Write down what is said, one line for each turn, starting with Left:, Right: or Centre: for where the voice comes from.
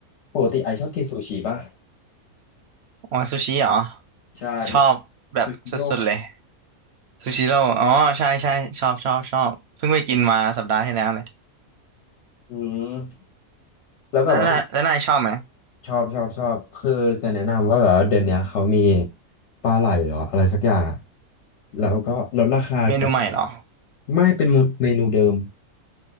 Left: ปกติไอซ์ชอบกินซูชิป่ะ
Right: อ๋อซูชิเหรอ
Left: ใช่แบบ
Right: ชอบแบบสุดๆเลย
Left: ซูชิโร่
Right: ซูชิโร่อ๋อใช่ใช่ชอบชอบชอบ เพิ่งไปกินมาสัปดาห์ที่แล้วเลย
Left: อืมแล้วแบบว่า
Right: แล้วนายแล้วนายชอบไหม
Left: ชอบชอบชอบคือจะแนะนำว่าแบบว่าเดือนเนี้ยเขามีปลาไหลเหรออะไรสักอย่างอะแล้วก็ลดราคาจาก
Right: เมนูใหม่เหรอ
Left: ไม่เป็นเมนูเดิม